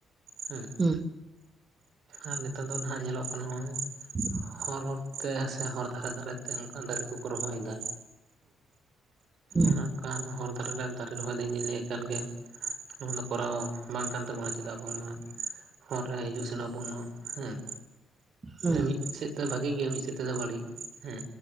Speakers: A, on the right; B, on the right.
A: ᱦᱮᱸ᱾
B: ᱦᱩᱸ᱾
A: ᱟᱨ ᱱᱮᱛᱟᱨ ᱫᱚ ᱱᱟᱜ ᱧᱮᱞᱚᱜ ᱠᱟᱱᱟ ᱦᱚᱸᱜᱼᱚᱭ
B: <inaudible>
A: ᱦᱚᱨ, ᱦᱚᱨ ᱛᱮ ᱥᱮ ᱦᱚᱨ ᱫᱷᱟᱨᱮ ᱫᱷᱟᱨᱮ ᱛᱮ ᱚᱱᱠᱟ ᱫᱟᱨᱮ ᱠᱚ ᱠᱚ ᱨᱚᱦᱚᱭ ᱫᱟ
B: ᱦᱩᱸ ᱦᱩᱸ
A: ᱚᱱᱮ ᱚᱱᱠᱟ ᱦᱚᱨ ᱫᱷᱟᱨᱮ ᱨᱮᱱ ᱫᱟᱨᱮ ᱨᱚᱦᱚᱭ ᱫᱚ ᱤᱧ ᱫᱚᱧ ᱞᱟᱹᱭ-ᱟ ᱮᱠᱟᱞ ᱜᱮ ᱱᱚᱣᱟ ᱫᱚ ᱠᱚᱨᱟᱣ ᱵᱟᱝ ᱠᱟᱱ ᱛᱟᱵᱚᱱᱟ ᱪᱮᱫᱟᱜ ᱵᱟᱝ ᱢᱟ ᱦᱚᱨ ᱨᱮ ᱦᱤᱡᱩᱜ ᱥᱮᱱ ᱵᱩᱱᱳ ᱦᱮᱸ,
B: ᱦᱩᱸ
A: ᱦᱮᱸ ᱢᱤᱫ ᱥᱮᱫ ᱛᱚ ᱵᱷᱟᱜᱮ ᱜᱮᱭᱟ ᱢᱤᱫ ᱥᱮᱫ ᱛᱮᱫᱚ ᱵᱟᱲᱤᱡ ᱦᱮᱸ